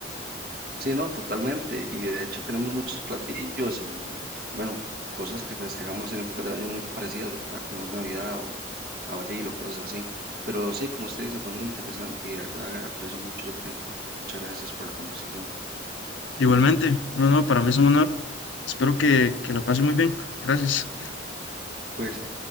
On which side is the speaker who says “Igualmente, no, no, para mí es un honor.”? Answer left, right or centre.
Left